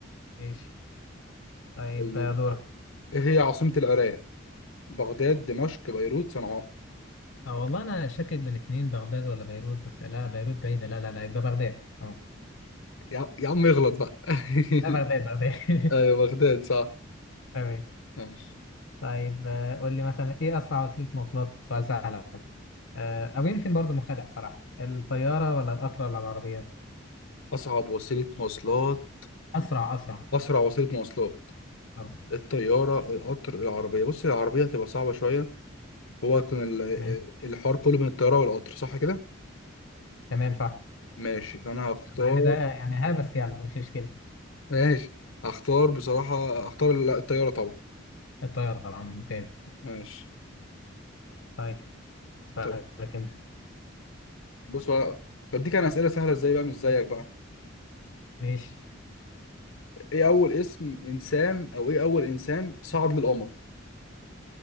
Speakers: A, on the left (about 70°); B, on the left (about 85°).
A: ماشي طيب
B: طيب
A: آه، دورك
B: ايه هي عاصمة العراق؟ بغداد دمشق بيروت صنعاء
A: اه والله انا شاكك بين اتنين بغداد ولا بيروت بس لا بيروت بعيدة لا لا لا يبقى بغداد اه
B: يا, يا عم اغلط بقى <laughs>
A: لا بغداد بغداد <laughs>
B: ايوه بغداد صح
A: تمام
B: ماشي
A: طيب آه، قول لي مثلا ايه اسرع وسيلة مواصلات سؤال سهل آه، او يمكن برضو مخادع صراحة الطيارة ولا القطر ولا العربية
B: اصعب وسيله مواصلات
A: اسرع اسرع
B: اسرع وسيله مواصلات
A: اه
B: الطياره القطر العربيه بص العربيه هتبقى صعبه شويه هو كان ال-
A: تمام
B: الحوار كله بين الطياره والقطر صح كده
A: تمام صح
B: ماشي فانا هختار
A: مع ان ده يعني ها بس يلا مش مشكلة
B: ماشي هختار بصراحه هختار ال- الطياره طبعا
A: الطيارة طبعا ممتاز
B: ماشي
A: طيب سؤالك
B: طيب
A: انت
B: بص بقى بديك انا اسئله سهله ازاي بقى مش زيك بقى
A: ماشي
B: ايه اول اسم انسان او ايه اول انسان صعد للقمر